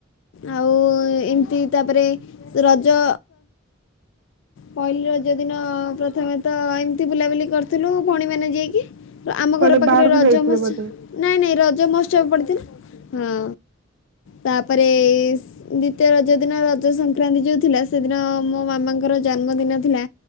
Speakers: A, on the left (about 65°); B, on the right (about 65°).
A: ଆଉ ଏମିତି ତାପରେ ରଜ ପହିଲି ରଜ ଦିନ ପ୍ରଥମେ ତ ଏମତି ବୁଲାବୁଲି କରିଥିଲୁ ଭଉଣୀ ମାନେ ଯାଇକି। ଆମ
B: କୁଆଡେ
A: ଘର ପାଖରେ
B: ବାହାରକୁ
A: ରଜ
B: ଯାଇଥିଲେ
A: ମସ
B: ବୋଧେ?
A: ନାଇଁ ନାଇଁ ରଜ ମହୋତ୍ସବ ପଡ଼ିଥିଲା ହଁ। ତାପରେ ଦ୍ଵିତୀୟ ରଜ ଦିନ ରଜ ସଂକ୍ରାନ୍ତି ଯୋଉ ଥିଲା ସେଦିନ ମୋ ମାମାଙ୍କର ଜନ୍ମଦିନ ଥିଲା।